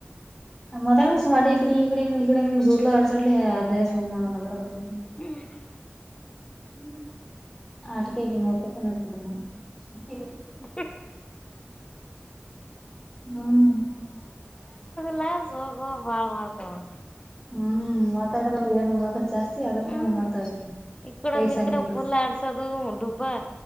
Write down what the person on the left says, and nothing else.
ಹ್ಮ್.
<unintelligible>
ಲ್ಲ ಸೋಗ ಬಾಳ್ ಮಾಡ್ತಡ
ಹ್ಮ್
ಇಕ್ಕಡ
ಇಕ್ಕಡ ಕುಲ್ಲ ಆಡ್ ಚದು ಡುಬ್ಬಾ